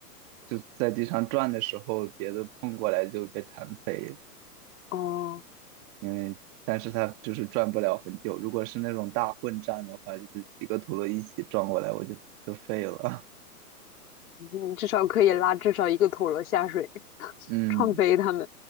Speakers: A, on the right (about 30°); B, on the left (about 60°).
A: 就在地上转的时候，别的碰过来就被弹飞，
B: 哦，
A: 因为但是它就是转不了很久。如果是那种大混战的话，就是几个陀螺一起撞过来，我就就废了。
B: 你至少可以拉至少一个陀螺下水，<laughs>
A: <laughs> 嗯，
B: 创飞他们。